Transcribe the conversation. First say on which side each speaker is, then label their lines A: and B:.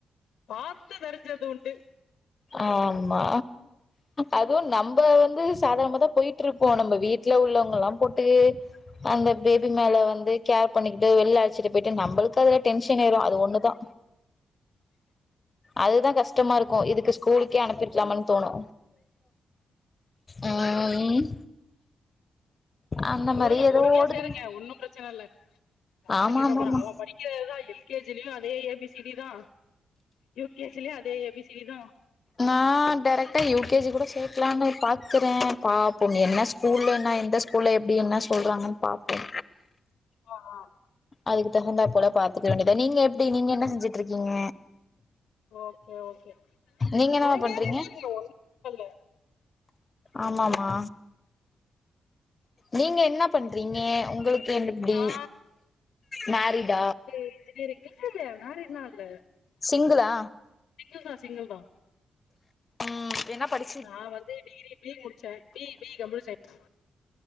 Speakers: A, on the left (about 75°); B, on the left (about 40°).
A: பாத்து நெரஞ்சது உண்டு
B: ஆமா அதுவு நம்ப வந்து சாதார்ணமாதா போய் ட்ருப்போ நம்ப வீட்ல உள்ளவங்கல்லா போட்டு அந்த பேபி மேல வந்து கேர் பண்ணிக்கிட்டு வெளில அழச்சிட்டு போயிட்டு நம்பளுக் கதுல டென்ஷன் ஏரு அது ஒண்ணுதா அதுதா கஷ்டமா இருக்கே இதுக்கு ஸ்கூலுக்கே அனுப்பிறுக்லாமான் தோணு அ ம் அந்த
A: செரி
B: மாரி
A: உடுங்க
B: ஏதோ
A: பொறுமியா
B: ஓடுது
A: சேருங்க ஒன்னு ப்ரெச்சன இல்ல யாரு
B: ஆமா
A: கேக்க
B: ஆமா
A: போரா
B: ஆமா
A: அவன் படி எல் கே ஜி லேயு அதே ஏ பி சி டி தா யு கே ஜி லேயு அதே ஏ பி சிடி தா
B: நா டெரெக்ட்டா யூ கே ஜி கூட சேக்கலானு பாக்குறே பாப்போ என்ன சு ஸ்கூல்லன எந்த ஸ்கூல்ல எப்டி என்ன சொல்றாங்கன் பாப்போ
A: ஆ ஆ
B: அதுக்கு தகுந்தா போல பாத்துர்க்க வேண்டியதா நீங்க எப்டி நீங்க என்ன செஞ்சுட்டுருக்கீங்க
A: ஓகே ஓகே
B: நீங்க என்னமா
A: பொறுமையாவே
B: பண்றீங்க
A: சேறுங்க ஒ <inaudible> இல்ல
B: ஆமாமா நீங்க என்ன பண்றீங்க உங்களுக்கு என் எப்டி
A: நா
B: மெரிட்அ
A: இன்ஜினேயரிங்க்கு மெரிஜ்லா ஆல
B: சிங்குள்ளா
A: சிங்குல் தா சிங்குல் தா
B: உம் என்ன படிச்
A: நான் வந்து டிகிரி பி முடிச்சேன் B B computer science